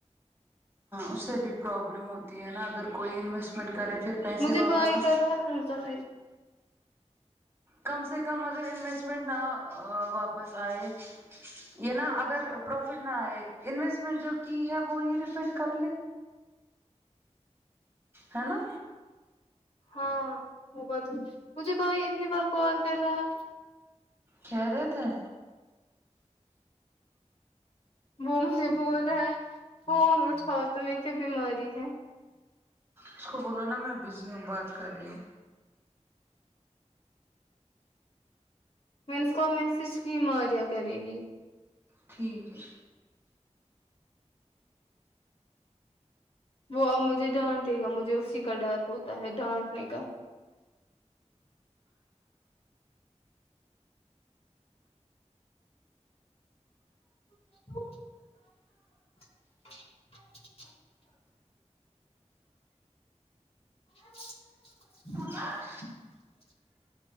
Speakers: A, on the right (about 20°); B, on the left (about 50°).
A: اس سے بھی پرابلم ہوتی ہے نا اگر کوئی انویسٹمنٹ کرے پھر پیسے
B: مجھے
A: واپس
B: بائی
A: نہ
B: کر رہ <unintelligible>
A: کم سے کم اگر انویسٹمنٹ نا واپس آئے یہ نا اگر پروفٹ نہ آئے انویسٹمنٹ جو کی ہے وہ ہی ریفنڈ کر لے ہے نا
B: ہاں وہ بات مجھے بھائی اتنی بار کل کر رہا ہے
A: خیریت ہے
B: وہ مجھے بول رہا ہے فون اٹھاؤ تمہیں کیا بیماری ہے
A: اس کو بولو نا میں بزی ہوں بات کر رہی ہوں
B: میں اس کو میسج کی ماریا کرے گی
A: ٹھیک ہے
B: وہ اب مجھے ڈانٹے گا مجھے اسی کا ڈر ہوتا ہے ڈانٹنے کا <inaudible> <inaudible> <inaudible>
A: ہے